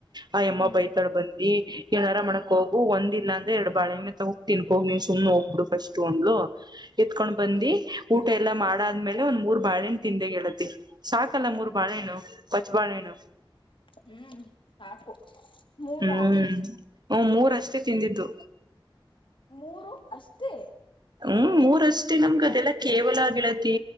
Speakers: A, on the right; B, on the left.
A: ಆ ಎಮ್ಮ
B: ಹ್ಮ್
A: ಬೈತಾಳೆ ಬೈ. ಏ ಎನಾರ ಮಾಡಕ ಹೋಗು ಒಂದ ಇಲ್ಲ ಅಂದ್ರೆ ಎರಡ್ ಬಾಳೆಣ್ಣು ಮೆ ತಗ ತಿನ್ಕ ನೀನ್ ಸುಮ್ನೆೋಗ. ಫಸ್ಟ್ ಅಂದ್ಲು ಎತ್ಕೊಂಡ್ ಬಂದಿ ಊ ಊಟ ಎಲ್ಲ ಮಾಡಾದ್ಮೇಲೆ ಒಂದ್ ಮೂರ್ ಬಾಳೆಣ್ಣು ತಿಂದೆ ಗೆಳತಿ. ಸಾಕಲ್ಲ
B: ಹ್ಮ್
A: ಮೂರು ಬಾಳೆಣ್ಣು ಪಚ್ಚ ಬಾಳೆಣ್ಣು.
B: ಹ್ಮ್ ಸಾಕು ಮೂರಾ
A: ಹ್ಮ್ ಹ ಮೂರಷ್ಟೇ ತಿಂದಿದ್ದು.
B: ಮೂರು ಅಷ್ಟೇ.
A: ಹ್ಮ್ ಮೂರಷ್ಟೇ ನಮ್ಗ ಅದೆಲ್ಲಾ ಕೇವಲ ಗೆಳತಿ